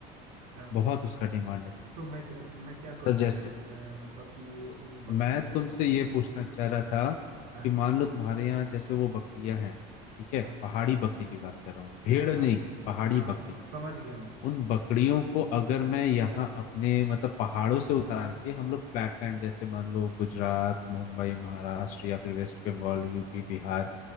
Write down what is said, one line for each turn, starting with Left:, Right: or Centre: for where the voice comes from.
Right: हाँ
Left: बहुत उसका डिमांड है
Right: तो मैं मैं क्या
Left: मतलब
Right: करूँ
Left: जैसे
Right: फिर उसमें मतलब कि उन बकरियों
Left: मैं तुमसे
Right: का
Left: ये पूछना चाह रहा था
Right: हाँ
Left: कि मान लो तुम्हारे यहाँ जैसे वो बकरियां हैं ठीक
Right: हाँ
Left: है पहाड़ी
Right: हाँ
Left: बकरी की बात कर रहा हूँ भेड़
Right: हाँ
Left: नहीं पहाड़ी
Right: हाँ
Left: बकरी
Right: समझ गया मैं
Left: उन बकरियों को अगर मैं यहाँ अपने मतलब पहाड़ों से उतार के हम लोग फ्लैट लैंड जैसे मान लो गुजरात मुंबई महाराष्ट्र या फिर वेस्ट बंगाल यूपी बिहार